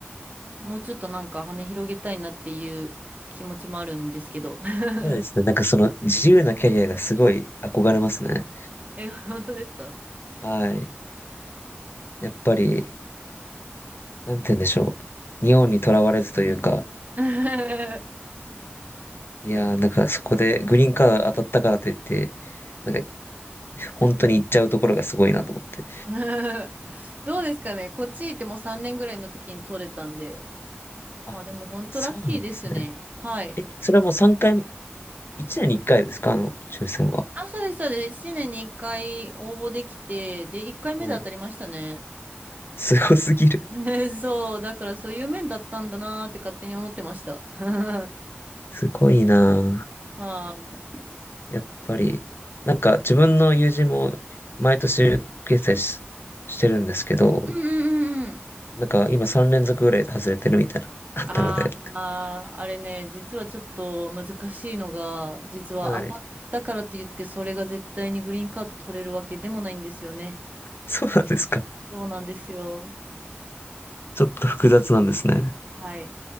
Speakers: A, on the right; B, on the left.
A: もうちょっとなんか羽広げたいなっていう気持ちもあるんですけど。<laughs>
B: そうですね。なんかその自由なキャリアがすごい憧れますね。
A: え、本当ですか
B: はい。やっぱり、なんて言うんでしょう。日本にとらわれずというか、
A: <laughs> う
B: いやー、
A: ん。
B: なんかそこでグリーンカード当たったからといって、なんか、本当に行っちゃうところがすごいなと思って。
A: <laughs> どうですかね。こっち行ってもう3年ぐらいの時に取れたんで。
B: あ、
A: まあでも本当ラッキーですね。
B: そうなんですね。
A: はい。
B: え、それはもう3回、1年に1回ですかあの、抽選は。
A: あ、そうです、そうです。1年に1回応募できて、で、1回目で当たりましたね。
B: はい。すごすぎる。
A: <laughs> ねそう、だからそういう面だったんだなーって勝手に思ってました。<laughs>
B: すごいな
A: はい。うん
B: ぁ。やっぱり、なんか自分の友人も毎年決済し、してるんですけど、
A: うんうんうん。
B: なんか今3連続ぐらいで外れてるみたいな、あったので。
A: ああ、あれね、実はちょっと難しいのが、実は当たったからといって、
B: はい。
A: それが絶対にグリーンカード取れるわけでもないんですよね。
B: そうなんですか。
A: そうなんですよ。
B: ちょっと複雑なんですね。
A: はい。